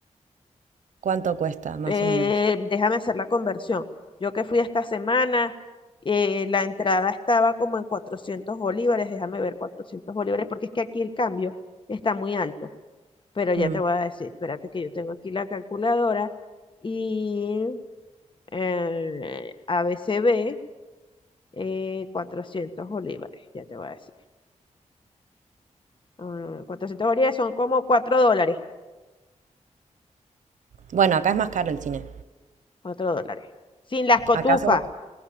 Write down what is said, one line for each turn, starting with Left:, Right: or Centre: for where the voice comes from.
Right: ¿Cuánto cuesta, más
Left: Eh,
Right: o menos?
Left: déjame hacer la conversión. Yo que fui esta semana, eh, la entrada estaba como en 400 bolívares, déjame ver 400 bolívares, porque es que aquí el cambio está muy alto. Pero ya
Right: Hmm.
Left: te voy a decir, espérate que yo tengo aquí la calculadora y eh, ABCB. eh, 400 bolívares, ya te voy a decir. Ah, 400 bolívares son como 4 dólares.
Right: Bueno, acá es más caro el cine.
Left: cuatro dólares. Sin las cotufas.
Right: Acá son...